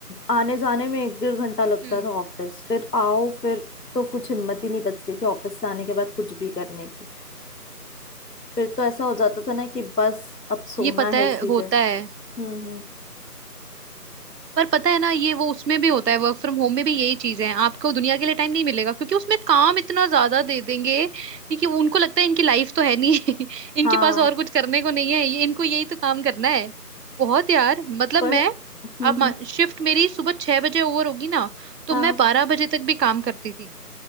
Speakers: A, on the left (about 75°); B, on the right (about 80°).
A: आने जाने में एक डेढ़ घंटा लगता
B: हम्म
A: था ऑफिस फिर आओ फिर तो कुछ हिम्मत ही नहीं बचती थी ऑफिस से आने के बाद कुछ भी करने की फिर तो ऐसा हो जाता था ना कि बस अब सोना
B: ये पता
A: है
B: है
A: सीधे
B: होता है
A: हम्म हम्म
B: पर पता है ना ये वो उसमें भी होता है वर्क फ्रॉम होम में भी यही चीजें हैं आपको दुनिया के लिए टाइम नहीं मिलेगा क्योंकि उसमें काम इतना ज्यादा दे देंगे कि वो उनको लगता है इनकी लाइफ तो है नहीं <laughs> इनके
A: हाँ
B: पास और कुछ करने को नहीं है ये इनको यही तो काम करना है बहुत यार मतलब
A: पर
B: मैं
A: हम्म
B: आप
A: हम्म
B: शिफ्ट मेरी सुबह छह बजे ओवर होगी ना तो
A: हाँ
B: मैं बारह बजे तक भी काम करती थी